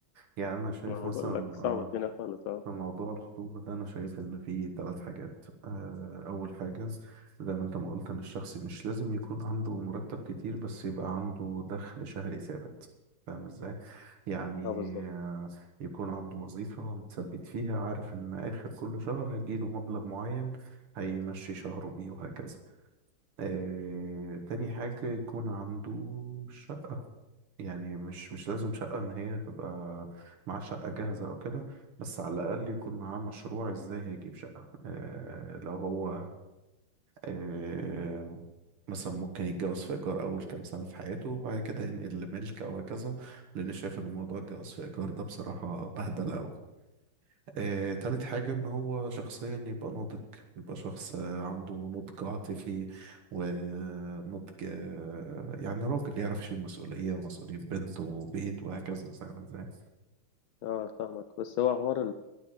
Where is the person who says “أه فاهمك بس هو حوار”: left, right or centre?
Left